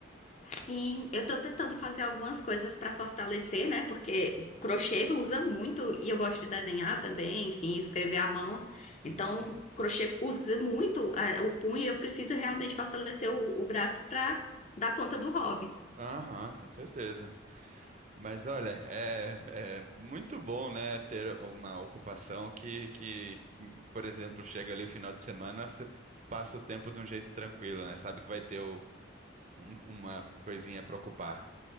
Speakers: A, on the left; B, on the right.
A: Sim, eu tô tentando fazer algumas coisas pra fortalecer, né? Porque o crochê usa muito e eu gosto de desenhar também, enfim, escrever à mão. Então,
B: Uhum.
A: o crochê usa muito eh, o punho e eu preciso realmente fortalecer o, o braço pra dar conta do hobby.
B: Aham, com certeza. Mas olha, é, é muito bom, né, ter alguma ocupação que, que, por exemplo, chega ali o final de semana, você passa o tempo de um jeito tranquilo, né? Sabe que vai ter o- um- uma coisinha para ocupar.